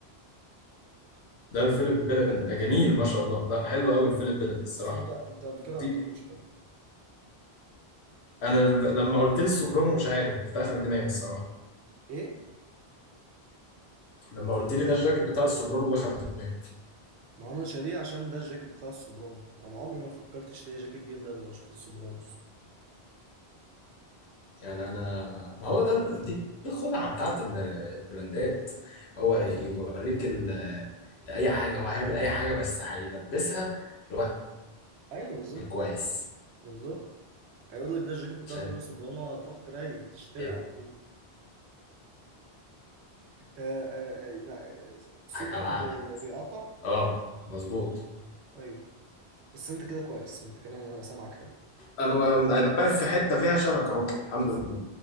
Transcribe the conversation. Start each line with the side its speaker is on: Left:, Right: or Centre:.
Left: ده الفيليب بيدن ده جميل ما شاء الله لا حلو قوي الفيليب بيدن الصراحه
Right: بس انت انت قبل كده
Left: خطير
Right: قلت لي مش حلو
Left: انا لما قلت لي السوبرانو مش عارف دخل دماغي الصراحه
Right: ايه
Left: لما قلت لي ده الجاكيت بتاع السوبرانو دخل دماغي
Right: ما انا شاريه عشان ده الجاكيت بتاع السوبرانو انا عمري ما فكرت اشتري جاكيت جلد قبل ما اشوف السوبرانوس
Left: يعني انا ما هو ده ال- دي الخدعه بتاعت ال- البراندات هو يوريك ال- اي حاجه هو هيعمل اي حاجه بس هيلبسها لواحد
Right: ايوه بالظبط
Left: كويس
Right: بالظبط هيقول لك ده الجاكيت بتاع
Left: عشان
Right: توني سوبرانو هتروح تريل تشتري
Left: يضحك
Right: على طول آه آه آه ما- صوتك
Left: على عقلك
Right: بيقطع
Left: اه مظبوط
Right: اه ايوه بس انت كده كويس انت كده انا سامعك حلو
Left: انا و- انا واقف في حته فيها شبكه اهو الحمد لله